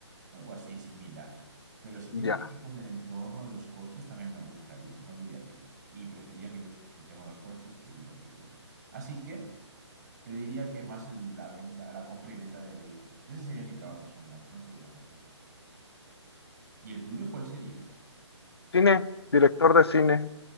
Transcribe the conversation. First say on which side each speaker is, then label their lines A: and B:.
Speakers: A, on the right (about 40°); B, on the left (about 55°).
A: Algo así similar. Pero si tiene
B: Ya.
A: que ver con el entorno de los coches, también me gustaría, no diría que no. Y preferiría mil veces el tema de los coches que el de oficina. Así que... Te diría que más el- la venta, la compra y venta de vehículos. Ese sería mi trabajo soñado, no te voy a mentir. ¿Y el tuyo cuál sería?
B: Cine, director de cine.